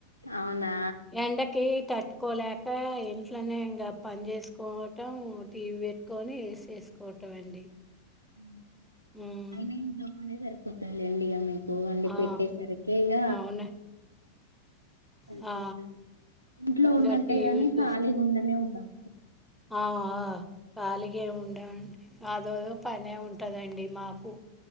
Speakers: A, on the left; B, in the centre.
A: అవునా
B: ఎండకి తట్టుకోలేక ఇంట్లోనే ఇంకా పని చేసుకోవటం టీవీ పెట్టుకొని ఎసి ఏసుకోడమే అండి
A: ఉ
B: ఉమ్
A: అయినా ఇంట్లోపనే సరి పోత లెండి ఇగ మీకు వండి
B: ఆ
A: పెట్టేసరికే ఇక
B: ఆ అవునా
A: సరిపోతుంది
B: ఆ
A: ఇంట్లో
B: ఇంకా
A: ఉన్నట్టే
B: టీవీ
A: గాని
B: చూ
A: ఖాళీగా ఉండనే ఉండము
B: ఆ... కాలిగా ఉండ అండి అదో ఇదో పని బాగానే ఉంటదండి మాకు